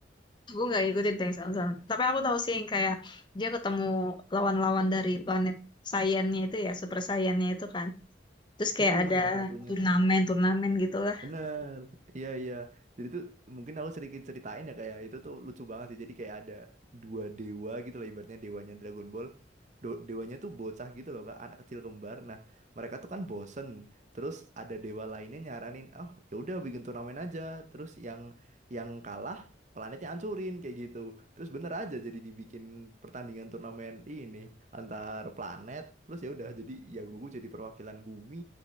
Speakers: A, on the left; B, on the right.
A: Aku nggak ngikutin tuh yang sama-sama. Tapi aku tahu sih yang kayak dia ketemu lawan-lawan dari planet saiannya itu ya, super saiannya itu kan. Terus kayak
B: Mm-mm,
A: ada
B: salah satunya.
A: turnamen-turnamen gitulah.
B: Bener. Iya, iya. Jadi tuh mungkin aku sedikit ceritain ya kayak itu tuh lucu banget sih. Jadi kayak ada dua dewa gitu loh ibaratnya dewanya Dragon Ball. Do- dewanya tuh bocah gitu loh, Kak, anak kecil kembar. Nah, mereka tuh kan bosen. Terus ada dewa lainnya nyaranin, "Oh, ya udah bikin turnamen aja." Terus yang yang kalah planetnya hancurin kayak gitu. Terus bener aja jadi dibikin pertandingan turnamen ini antar planet. Terus ya udah jadi ya Goku jadi perwakilan bumi,